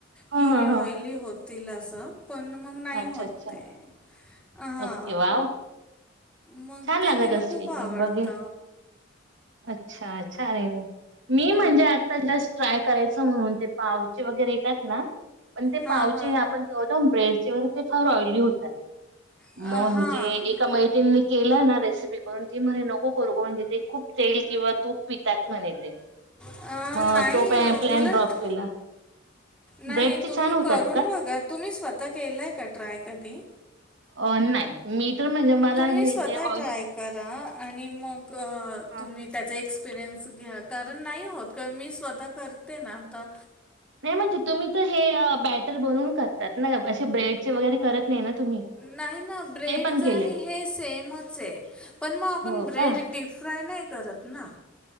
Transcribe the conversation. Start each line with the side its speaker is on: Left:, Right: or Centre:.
Right: हा
Centre: की
Right: हा
Centre: हे ऑली
Right: हा.
Centre: होतील अस पण मग नाही
Right: अच्छा
Centre: होत
Right: अच्छा.
Centre: ते हा
Right: ओके वाव.
Centre: मग
Right: छान
Centre: ते
Right: लागत
Centre: तिला
Right: असतील
Centre: खूप आवडत
Right: ते बघेल. अच्छा छान आहे मग मी
Centre: अ,
Right: म्हणजे पहिलाच ट्राय करायच म्हणून ते पावचे वगैरे येतात ना पण ते
Centre: हां,
Right: पावचे
Centre: हां.
Right: आपण <unintelligible> ब्रेडचे वगैरे ते फार ऑइली होतात
Centre: अ,
Right: म्हणजे
Centre: हां.
Right: एका मैत्रिणींनी केला ना रेसिपी करून ती म्हणे नको करू ग म्हणजे ते खूप तेल किंवा तूप पितात म्हणे ते
Centre: अं,
Right: मग
Centre: नाही
Right: तो प प्लॅन
Centre: उलट
Right: ड्रॉप केला
Centre: नाही
Right: ब्रेडचे
Centre: तुम्ही
Right: छान होतात
Centre: करून
Right: का?
Centre: बघा तुम्ही स्वतः केलंय का ट्राय कधी?
Right: अह नाही मी तर म्हणजे मला
Centre: तुम्ही
Right: हे
Centre: स्वतः
Right: जे ऑइल
Centre: ट्राय करा आणि मग अह
Right: हां.
Centre: तुम्ही त्याच एक्स पिरियन्स घ्या कारण नाही होत कारण मी स्वतः करते ना आता
Right: नाही म्हणजे तुम्ही तर हे बॅटर भरून करतात ना असे ब्रेड चे वगैरे करत नाही ना तुम्ही
Centre: नाही ना ब्रेडच
Right: ते पण केलेत?
Centre: आणि हे सेमच आहे, पण मग आपण
Right: हो
Centre: ब्रेड
Right: का?
Centre: डीप फ्राय नाही करत ना